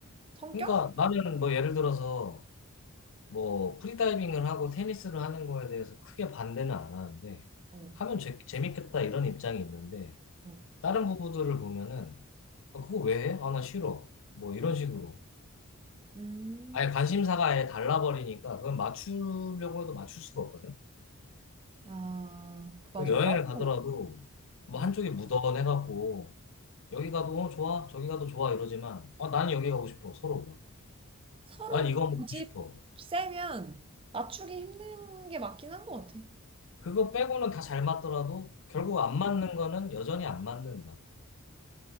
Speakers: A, on the right; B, on the left.
A: 성격?
B: 그러니까 나는 뭐 예를 들어서 뭐 프리다이빙을 하고 테니스를 하는 거에 대해서 크게 반대는 안 하는데
A: 어,
B: 하면 재, 재밌겠다 이런 입장이 있는데
A: 어.
B: 다른 부부들을 보면은 아, 그거 왜 해? 아, 나 싫어. 뭐 이런 식으로.
A: 음,
B: 아예 관심사가 아예 달라버리니까 그건 맞추려고 해도 맞출 수가 없거든.
A: 아, 그 맞아.
B: 그리고
A: 나도
B: 여행을 가더라도 뭐
A: 어.
B: 한쪽이 무던해갖고 여기 가도 어, 좋아, 저기 가도 좋아 이러지만 어, 나는 여기 가고 싶어 서로가.
A: 서로가
B: 난 이거 먹고
A: 고집
B: 싶어.
A: 세면 맞추기 힘든 게 맞긴 한 것 같아.
B: 그거 빼고는 다 잘 맞더라도 결국
A: 응.
B: 안 맞는 거는 여전히 안 맞는다.